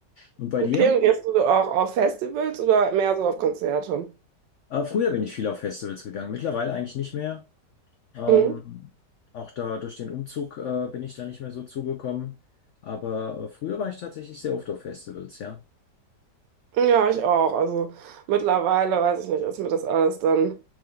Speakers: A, on the left; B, on the right.
A: Und bei
B: Okay,
A: dir?
B: und gehst du auch auf Festivals oder mehr so auf Konzerte?
A: Äh, früher bin ich viel auf Festivals gegangen, mittlerweile eigentlich nicht mehr. Ähm,
B: Mhm.
A: auch da durch den Umzug äh, bin ich da nicht mehr so zugekommen. Aber äh, früher war ich tatsächlich sehr oft auf Festivals, ja.
B: Ja, ich auch. Also mittlerweile, weiß ich nicht, ist mir das alles dann